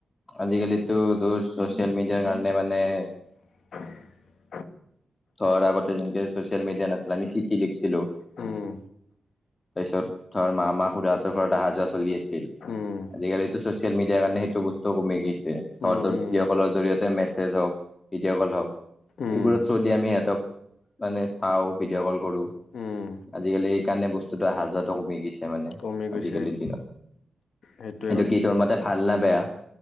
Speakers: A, on the left; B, on the left.
A: আজিকালিতো তোৰ ছ'চিয়েল মিডিয়াৰ কাৰণে মানে।
B: <unintelligible>
A: ধৰ আগতে যেনেকে ছ'চিয়েল মিডিয়া নাছিলে আমি চিঠি লিখিছিলোঁ।
B: উম।
A: তাৰপিছত ধৰ মামা খুৰাহঁতৰ ঘৰত অহা যোৱা চলি আছিল।
B: উম,
A: আজিকালিতো ছচিয়েল মিডিয়াৰ কাৰণে সেইটো বস্তু কমি গৈছে নহলেতো
B: উম, উম,
A: ভিডিঅ' কলৰ জৰিয়তে মেছেজ হওঁক। ভিডিঅ' কল হওক।
B: উম।
A: যদি আমি হঁতক মানে চাওঁ ভিডিঅ' কল কৰোঁ।
B: উম,
A: আজিকালি এই কাৰণে বস্তুটো অহা যোৱাতো কমি গৈছে। এ মানে
B: কমি গৈছে
A: আজিকালিৰ দিনত
B: সেইটোৱে
A: কিন্তু কি তোৰ মতে ভাল নে বেয়া।